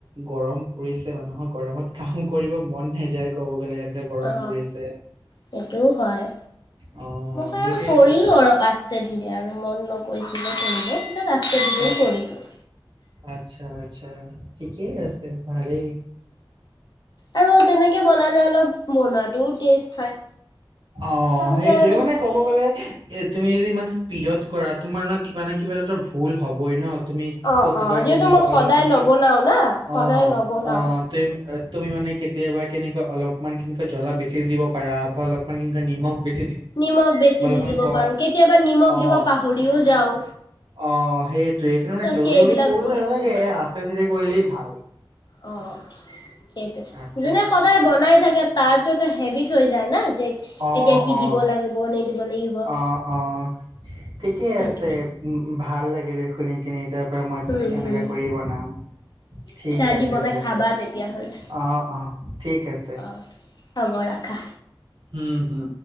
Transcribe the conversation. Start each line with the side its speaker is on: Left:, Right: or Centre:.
Right: গৰম পৰিছে মানুহৰ গৰমত কাম কৰিব মন নাযায় ক'ব গ'লে এনেকে গৰম
Left: অ
Right: পৰিছে
Left: সেইটোও হয়
Right: অ'
Left: মই
Right: সেইটোয়েতো
Left: আৰু কৰিলো অলপ আজতে ধীৰে আৰু মন নকৈছিল যে কৰিলোঁ পিছত আচথে দিলে
Right: আ
Left: কৰিলোঁ
Right: আচ্ছা আচ্ছা ঠিকেই আছে ভালেই
Left: আৰু তেনেকে বনালে অলপ বনাতটোও টেষ্ট হয়
Right: অ
Left: তাৰ
Right: সেইটয়ে
Left: কাৰণে
Right: মানে কব গলে এ তুমি যদি ইমান স্পীডত কৰা তোমাৰ ন কিবা ন কিবা এৰ ভুল হ'বই ন তুমি
Left: অ',
Right: কতো
Left: অ',
Right: বা
Left: যিহেতু
Right: কেনেুৱা
Left: মই
Right: অলপমান
Left: সদায় নবনাও না সদায়
Right: অ
Left: নবনাও
Right: অ তুমি মানে কেতিয়া কেতিয়াবা কেনেকৈ অলপমান কেনেকৈ জ্বলা বেছি দিব পাৰা বা অলপ নিমখ
Left: নিমখ বেছি
Right: অলপমান
Left: দি দিব
Right: কম
Left: পাৰো কেতিয়াবা নিমখ
Right: অ
Left: দিব পাহৰিও যাওঁ
Right: অ সেইটো এইকাৰণে
Left: ত'
Right: জল্দি
Left: সেইবিলাক
Right: জল্দি কৰিলো
Left: বস্তু
Right: নাগে আস্ততে ধৰে কৰিলি ভাল
Left: অহ সেইটোৱে
Right: আস্তে
Left: যোনে
Right: আস্তে
Left: সদায় বনাই থাকে তাৰতো হেভিত হৈ যায় না যে
Right: অ
Left: এতিয়া কি
Right: অ
Left: দিব লাগিব নিদিব লাগিব
Right: অ অ ঠিকেই
Left: সেইটোৱে
Right: আছে উ ভাল লাগে শুনি কিনি এতিয়া তাৰ মই
Left: উম,
Right: এনেকা
Left: হম।
Right: কৰি বনাম ঠিক
Left: আজি
Right: আছে
Left: বনাই
Right: তে
Left: খাবা
Right: দে
Left: তেতিয়াহ'লে
Right: অ অ ঠিক আছে
Left: অ হ'ব ৰাখা
Right: উম হম